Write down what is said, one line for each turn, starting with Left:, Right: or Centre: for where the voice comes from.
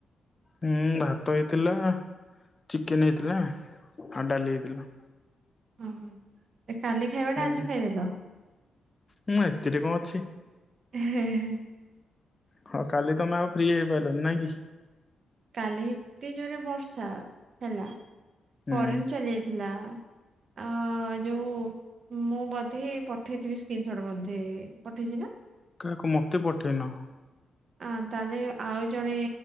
Left: ହୁଁ, ଭାତ ହେଇଥିଲା, ଚିକେନ ହେଇଥିଲା, ଆଉ ଡାଲି ହେଇଥିଲା।
Right: ହୁଁ ହୁଁ, ଏ କାଲି ଖାଇବା
Left: ହୁଁ
Right: ଟା ଆଜି ଖାଇଦେଲ।
Left: ହୁଁ, ହେଥିରେ କଣ ଅଛି।
Right: ଉଁ ହେ ହେ।
Left: ହଁ, କାଲି ତମେ ଆଉ ଫ୍ରି ହେଇପାରିଲନି ନାଇଁ କି?
Right: କାଲି ଏତେ ଜୋରରେ ବର୍ଷା ହେଲା,
Left: ହୁଁ
Right: କରେଣ୍ଟ ଚାଲି ଯାଇଥିଲା। ଆ ଯୋଉ ମୁଁ ବୋଧେ ପଠେଇଥିବି ସ୍କ୍ରିିନସଟ ବୋଧେ ପଠେଇଛି ନା?
Left: କାହାକୁ ମତେ ପଠେଇନ।
Right: ଅ ତାହେଲେ ଆଉ ଜଣେ